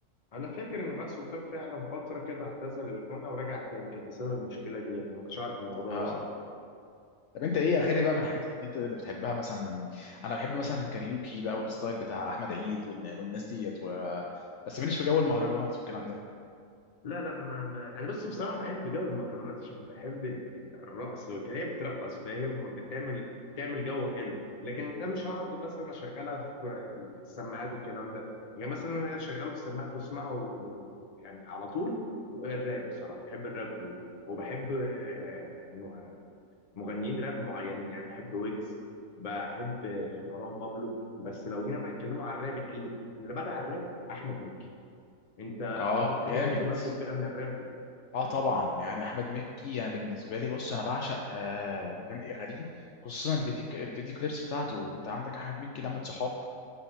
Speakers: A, on the left; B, on the left.
A: انا فاكر ان بقى سلطان فعلا فتره كده اعتزل الغنى ورجع تاني كان بسبب المشكله دي يعني أنا ما كنتش اعرف الموضوع
B: تعبان
A: ده بصراحه
B: طب انت ايه اغاني بقى من الحاجات الجديده اللي بتحبها مثلا انا بحب مثلا الكاريوكي بقى والستايل بتاع احمد عيد والن- والناس ديت و... بس ماليش في جو المهرجانات والكلام ده
A: لا لا انا ما, ما يعني بس بصراحه بحب جو المهرجانات عشان بحب ال- ال- الرقص وكده هي بترقص فاهم وبتعمل تعمل جو حلو لكن انا مش هقعد مثلا اشغلها في السماعات والكلام ده يعني مثلا انا اشغله في السماعات واسمعه يعني على طول الراب بصراحه بحب الراب قوي وبحب آه، يعني م- مغنيين راب معينين يعني بحب ويجز بحب آه، مروان بابلو بس لو جينا بقى نتكلموا عن الراب اللي اللي بدع الراب احمد مكي انت
B: اه
A: انت بتحب
B: جامد
A: برضه نفس الفئه من الراب دي
B: اه طبعا يعني احمد مكي انا بالنسبه لي بص انا بعشق آه، اغاني اغانيه خصوصا الفيديو الفيديو كليبس بتاعته انت عندك احمد مكي لمة صحاب